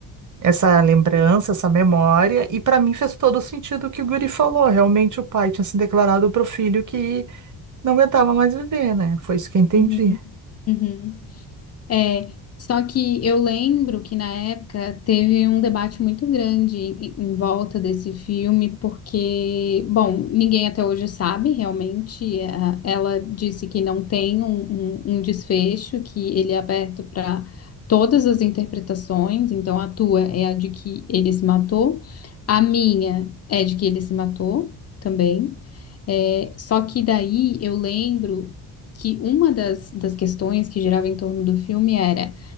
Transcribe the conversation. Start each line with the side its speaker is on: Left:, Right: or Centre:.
Right: Essa lembrança, essa memória, e para mim fez todo sentido o que o Guri falou. Realmente o pai tinha se declarado pro filho que não aguentava mais viver, né? Foi isso que eu entendi.
Left: Uhum, uhum. É, só que eu lembro que na época teve um debate muito grande em, em volta desse filme, porque, bom, ninguém até hoje sabe realmente. é, Ela disse que não tem um, um- um desfecho, que ele é aberto para todas as interpretações, então a tua é a de que ele se matou, a minha é de que ele se matou também. É, só que daí eu lembro que uma das, das questões que girava em torno do filme era